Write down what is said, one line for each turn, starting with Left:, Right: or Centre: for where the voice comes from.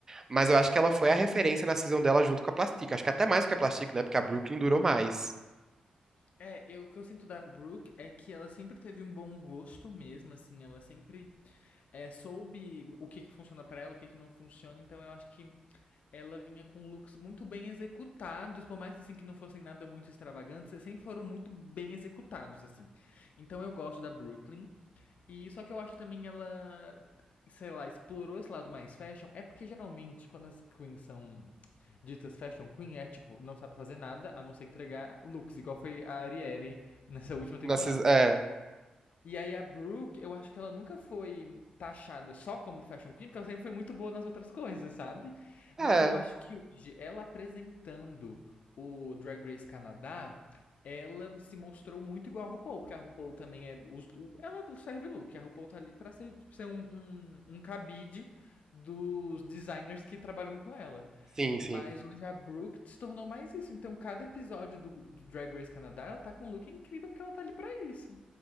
Right: mas eu acho que ela foi a referência na season dela junto com a Plastic. Acho que até mais que a Plastic, né? Porque a Brooklyn durou mais.
Left: É, eu, o que eu sinto da Brooke é que ela sempre teve um bom gosto mesmo, assim, ela sempre é, soube o que que funciona pra ela, o que que não funciona, então eu acho que ela vinha com looks muito bem executados, por mais assim que não fossem nada muito extravagantes, sempre foram muito bem executados assim. Então eu gosto da Brooklyn e só que eu acho que também ela sei lá, explorou esse lado mais fashion, é porque geralmente quando as queens são ditas fashion queen, é tipo, não sabe fazer nada a não ser entregar looks, igual foi a Ariere nessa última temporada.
Right: Na season, é,
Left: E aí a Brooke, eu acho que ela nunca foi taxada só como fashion queen, porque ela sempre foi muito boa nas outras coisas, sabe? Mas
Right: é,
Left: eu acho que hoje, ela apresentando o Drag Race Canadá, ela se mostrou muito igual a RuPaul, porque a RuPaul também é... os- o- ela serve look, a RuPaul tá ali pra ser, pra ser um, um, um cabide dos designers que trabalham com ela.
Right: sim,
Left: Mas
Right: sim.
Left: hoje a Brooke se tornou mais isso. Então, cada episódio do, do Drag Race Canadá, ela tá com um look incrível porque ela tá ali pra isso.